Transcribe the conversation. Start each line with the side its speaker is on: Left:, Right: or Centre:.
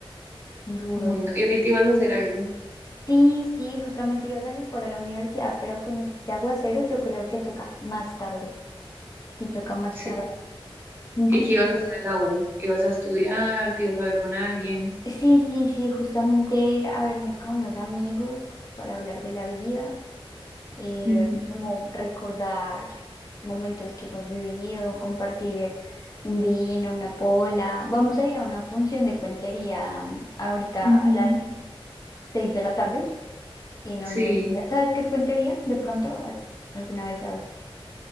Left: duro.
Right: Uy, no. Y ahorita ibas a hacer algo.
Left: Sí, sí, justamente iba a salir para la universidad, pero con este aguacero yo creo que toca más tarde. Sí, toca más
Right: Sí.
Left: tarde. Ujú.
Right: ¿Y qué ibas a hacer en la U? ¿Ibas a estudiar? ¿Te ibas a ver con alguien?
Left: Sí, sí, sí, justamente a verme con los amigos para hablar de la vida. eh,
Right: Ujú,
Left: como recordar momentos que hemos vivido, compartir un vino, una pola. Vamos a ir a una función de cuentería mm, ahorita
Right: ujú.
Left: a las seis de la tarde en la
Right: Sí,
Left: universidad. ¿Sabes qué es cuentería? De pronto, ¿has- alguna vez has